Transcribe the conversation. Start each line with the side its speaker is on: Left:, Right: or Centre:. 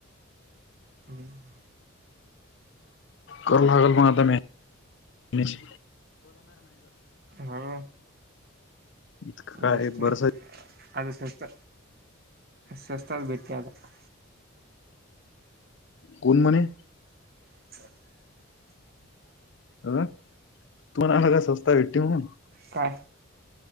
Right: हम्म. <unintelligible>
Left: कल लागलं म, आता मॅ-मॅच?
Right: हा.
Left: इतकं काय
Right: जास्त
Left: बरसात
Right: नाय, अज स्वस्त, स्वस्तात भेटतय आता.
Left: कोण म्हणे?
Right: तर- <unintelligible>
Left: अ, तुम्हला आला का, सवस्ता भेट्टी म्हणून
Right: काय?